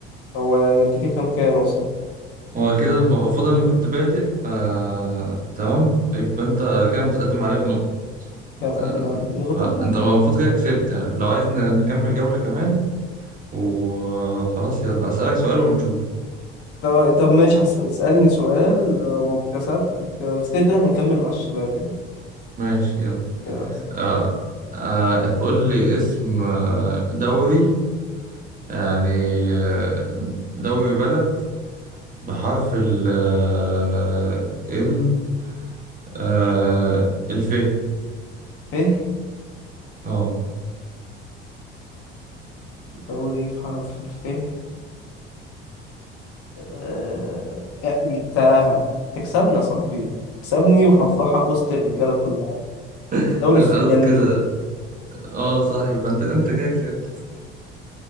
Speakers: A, on the left; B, on the right.
A: هو النتيجة كام كام أصلا؟
B: هو كده المفروض انا اللي كنت بادئ آه، تمام يبقى انت كده متقدم عليا بنقطة
A: كان متقدم
B: آه،
A: عليك بنقطة
B: فانت المفروض كده كسبت يعني لو عايز ن- نكمل جولة كمان وخلاص يلا اسألك سؤال ونشوف
A: طب طب ماشي هس- اسألني سؤال لو كسبت تمام بس كده كده هنكمل مع الشباب يعني
B: ماشي يلا
A: يا س-
B: آه، آه، قول لي اسم آه، دوري يعني آه، دوري بلد بحرف ال آه، ال آه، الف
A: فه
B: اه
A: دوري في حرف الفه أه... يا- جبتها تكسبنا يا صاحبي تكسبني وهفضحك في وسط الرجالة كلها
B: <laughs>
A: دوري فنلندي
B: خلاص كده اه صح يبقى انت انت كده كسبت